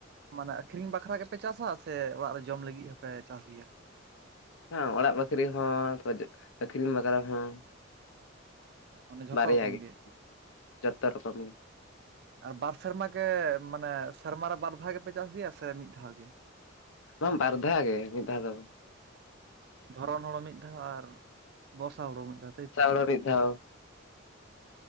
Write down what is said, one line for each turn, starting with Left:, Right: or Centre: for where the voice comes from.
Right: ᱢᱟᱱᱮ ᱟᱠᱷᱨᱤᱧ ᱵᱟᱠᱷᱨᱟ ᱜᱮᱯᱮ ᱪᱟᱥᱟ ᱥᱮ ᱚᱲᱟᱜ ᱨᱮ ᱡᱚᱢ ᱞᱟᱹᱜᱤᱫ ᱦᱚᱸᱯᱮ ᱪᱟᱥ ᱜᱮᱭᱟ?
Left: ᱦᱮ ᱚᱲᱟᱜ ᱵᱟᱠᱷᱨᱤ ᱦᱚᱸ ᱛᱟ ᱟᱹᱠᱷᱨᱤᱧ ᱵᱟᱠᱷᱨᱟ ᱦᱚᱸ᱾
Right: ᱢᱟᱱᱮ ᱡᱷᱚᱛᱚ
Left: ᱵᱟᱨᱭᱟ
Right: ᱨᱚᱠᱚᱢ
Left: ᱜᱮ ᱡᱷᱚᱛᱚ ᱨᱚᱠᱚᱢ ᱜᱮ᱾
Right: ᱟᱨ ᱵᱟᱨ ᱥᱮᱨᱢᱟ ᱜᱮ ᱢᱟᱱᱮ ᱥᱮᱨᱢᱟᱨᱮ ᱵᱟᱨ ᱫᱷᱟᱣ ᱜᱮᱯᱮ ᱪᱟᱥ ᱜᱮᱭᱟ ᱥᱮ ᱢᱤᱫ ᱫᱷᱟᱣ ᱜᱮ?
Left: ᱵᱟᱝ ᱵᱟᱨ ᱫᱷᱟᱣ ᱜᱮ ᱢᱤᱫ ᱫᱷᱟᱣ ᱫᱚ ᱵᱟᱝ ᱾
Right: ᱫᱷᱚᱨᱚᱱ ᱦᱳᱲᱳ ᱢᱤᱫ ᱫᱷᱟᱣ ᱟᱨ ᱵᱚᱨᱥᱟ ᱦᱳᱲᱳ ᱢᱤᱫ ᱫᱷᱟᱣ ᱛᱟᱭᱛᱚ?
Left: ᱦᱳᱭ ᱢᱤᱫ ᱫᱷᱟᱣ᱾